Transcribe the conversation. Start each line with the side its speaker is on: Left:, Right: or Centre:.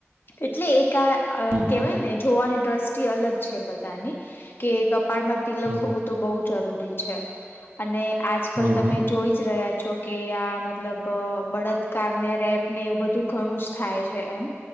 Left: એટલે એક અ
Right: હમ
Left: કેવાય ને જોવાની દ્રષ્ટિ અલગ છે બધ તાની કેક અપ પાડમાં તિલક
Right: હમ
Left: હોવું તો જરૂર ટી છે અને આજકાલ
Right: હમ
Left: તમે જોઈ જ રહ્યા છો કે આ મતલબ અ બળત્કાર ને રેપ ને એવું બધું ઘણું જ થાય છ એમ.